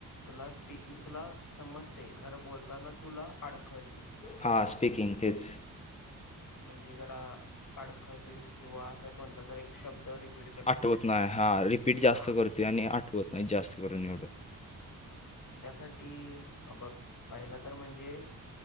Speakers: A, on the left; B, on the left.
A: तुला स्पीकिंग. तुला समजते खरं बोलताना तुला अडखळतोयस तू.
B: हां. स्पीकिंग तेच.
A: म्हणजे जरा अडखळतोयस किंवा अस कोणतातरी एक शब्द जरा रिपीट- करतेस
B: आठवत नाही. हा. रिपीट
A: हा
B: जास्त करतोय आणि आठवत नाही जास्त करून एवढं.
A: त्यासाठी अ बघ पहिला तर म्हणजे-